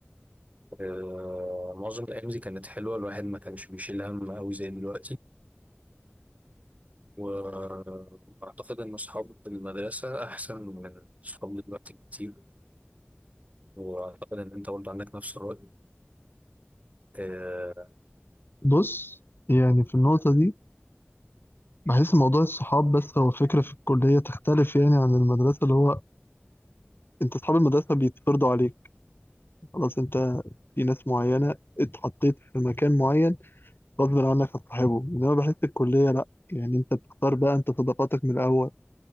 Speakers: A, on the right (about 35°); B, on the left (about 55°).
A: أه معظم الأيام دي كانت حلوة الواحد ما كانش بيشيل هم أوي زي دلوقتي و- وأعتقد إن أصحاب المدرسة أحسن من أصحاب دلوقتي كتير وأعتقد إن أنت برضه عندك نفس الرأي أه
B: بص يعني في النقطة دي بحس موضوع الصحاب بس هو فكرة في الكلية تختلف يعني عن المدرسة اللي هو أنت أصحاب المدرسة بيتفرضوا عليك خلاص أنت في ناس معينة اتحطيت في مكان معين غصب عنك هتصاحبه إنما بحس الكلية لأ يعني أنت بتختار بقى أنت صداقاتك من الأول